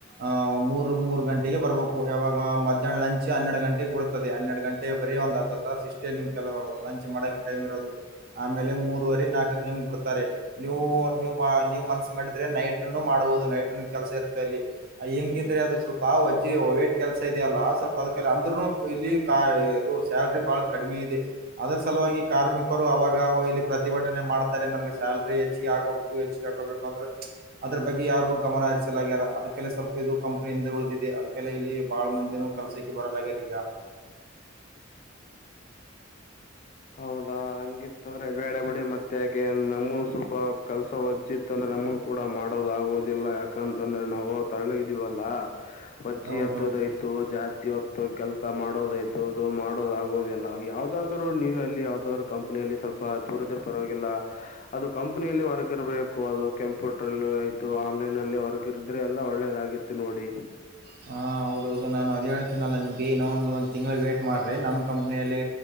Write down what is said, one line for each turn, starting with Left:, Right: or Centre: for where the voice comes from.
Right: ಆಹ್ ಮೂರ್ ಮೂರು ಗಂಟೆಗೆ ಬರ್ಬೇಕು ಯಾವಾಗ ಮಧ್ಯಾಹ್ನ ಲಂಚ್ ಹನ್ನೆರಡ್ ಗಂಟೆಗೆ ಬಿಡ್ತದೆ ಹನ್ನೆರಡು ಗಂಟೆ ಬರೀ ಒಂದ್ ಅದ್ ಹತ್ತ ಸಿಸಷ್ಟೆ ನಿಮ್ ಕೆಲ ಲಂಚ್ ಮಾಡಕ್ ಟೈಮ್ ಇರೋದು ಆಮೇಲೆ ಮೂರವರಿ ನಾಲ್ಕಕ್ ನಿಮ್ ಬಿಡ್ತಾರೆ. ನೀವು ನೀವು್ ನೀ್ ಮನ್ಸ ಮಾಡಿದ್ರೆ ನೈಟ್ ಅನ್ನು ಮಾಡಬಹುದು. ನೈಟ್ ಕೆಲಸ ಇರುತದೆ ಅಲ್ಲಿ ಹೆಂಗಂದ್ರೆ ಅದು ಸ್ವಲ್ಪ ವಜ್ಜ ವೇಟ್ ಕೆಲ್ಸ ಇದೆಯಲ್ಲ ಸ್ವಲ್ಪ ಅದ ಅಂದ್ರರುನು ಇಲ್ಲಿ ಇದು ಸ್ಯಾಲ್ರಿ ಬಹಳ ಕಡಿಮೆ ಇದೆ ಅದರ ಸಲುವಾಗಿ ಕಾರ್ಮಿಕರು ಅವಾಗ ಇಲ್ಲಿ ಪ್ರತಿಭಟನೆ ಮಾಡ್ತಾರೆ ನಮ್ಗೆ ಸಲ್ ೆ ಹೆಚ್ಚಿಗೆ ಆಗೋಬೇಕು ಹೆಚ್ಚಿಗೆ ಆಗೋಬೇಕು ಅಂದ್ರೆ ಅದ್ರ ಬಗ್ಗೆ ಯಾರು ಗಮನ ಹರಿಸಲಾಗ್ಯಾರ ಅದಕಲೆ ಸ್ವಲ್ಪ ಇದು ಕಂಪನಿಯಿಂದ ಉಳಿದಿದೆ ಅದಕ್ಕೆ ಇಲ್ಲಿ ಬಾಳ ಮಂದಿನ ಕೆಲ್ಸಕ್ಕೆ ಬರಲಗ್ಯಾರ ಈಗ.
Left: ಹೌದಾ ಹಂಗಿತ್ತ ಅಂದ್ರೆ ಬೇಡ ಬಿಡಿ ಮತ್ತೆ ಯಾಕೆ ನಮ್ಗನು ಸ್ವಲ್ಪ ಕೆಲ್ಸ ಒಜ್ಜಿತ್ತ ಅಂದ್ರೆ ನಮ್ನ್ ಕೂಡ ಮಾಡೋದ ಆಗುದಿಲ್ಲ ಯಾಕಂತಂದ್ರೆ ನಾವು ತಳ್ಳಗಿದೀವಲ್ಲ. ಅಜ್ಜಿ
Right: ಹೌದೌದು
Left: ಎತ್ತದಯತು ಜಾಸ್ತಿ ಹೊತ್ತು ಕೆಲಸ ಮಾಡ್ ಮಾಡೋದಾಗೋದಿಲ್ಲ ಯಾವವುದಾದ್ರೂ. ನೀವ ಅಲ್ಲಿ ಯಾವ್ದಾದ್ರ ಕಂಪ್ನಿಯಲ್ಲಿ ಸ್ವಲ್ಪ ದೂರದ್ರ ಪರವಾಗಿಲ್ಲ ಅದು ಕಂಪನಿಯಲ್ಲಿ ವರ್ಗ ಇರಬೇಕು ಅದು ಕಂಪ್ಯೂಟರ್ ಅಲ್ಲಿ ಆಯ್ತು ಆನ್ಲೈನ್ ಅಲ್ಲಿ ವರ್ಗ ಇರಿದ್ರೆ ಎಲ್ಲ ಒಳ್ಳೇದಾಗಿತ್ತು ನೋಡಿ.
Right: ಹಾಂ ಹೌದೌದು ನಾನು ಅದು ಹೇಳ್ತೀನಲ್ಲ ನಿಮಗೆ ಇನ್ನೊ ಒಂದು ಒಂದು ತಿಂಳ ವೇಟ್ ಮಾಡ್ರಿ ನಮ್ಮ ಕಂಪ್ನಿಯಲ್ಲಿ